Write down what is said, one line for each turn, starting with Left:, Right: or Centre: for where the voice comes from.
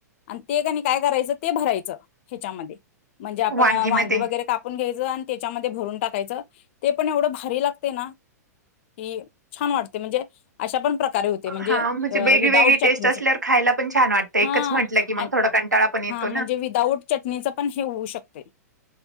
Left: आणि ते कणी काय करायचं ते भरायचं ह्याच्यामध्ये म्हणजे आपण
Right: वांगीमध्ये
Left: वांगी वगैरे काप पून घ्यायचं आणि त्याच्यामध्ये भरून टाकायचं ते पण एवढं भारी लागतय ना. की छान वाटतय म्हणजे अशा पण प्रकारे होते म्हणजे
Right: हा
Left: अ
Right: वेगळी
Left: विदाऊट
Right: वेगळी
Left: चटणीचा
Right: टेस्ट असल्यावर खायला पण छान वाटतं एकच
Left: हा
Right: म्हटलं की मग
Left: आ
Right: थोडा कंटाळा पण येतो
Left: हा म्हणजे
Right: ना
Left: विदाऊट चटणीचं पण हे होऊ शकतय.